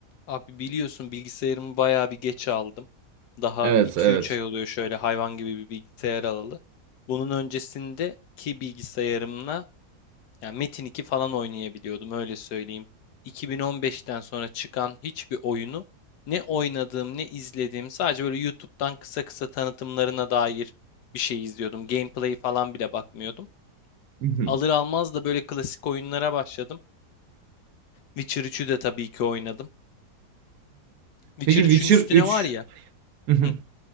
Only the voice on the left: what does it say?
Abi biliyorsun bilgisayarımı bayağı bir geç aldım. Daha
2-3
ay oluyor şöyle hayvan gibi bir bilgisayar alalı. Bunun öncesindeki bilgisayarımla yani Metin 2 falan oynayabiliyordum öyle söyleyeyim. 2015'ten sonra çıkan hiçbir oyunu ne oynadığım ne izlediğim sadece böyle YouTube'dan kısa kısa tanıtımlarına dair bir şey izliyordum. Gameplay falan bile bakmıyordum.
Alır almaz da böyle klasik oyunlara başladım. Witcher 3'ü de tabii ki oynadım. Witcher
3'ün
üstüne
var ya.
hı,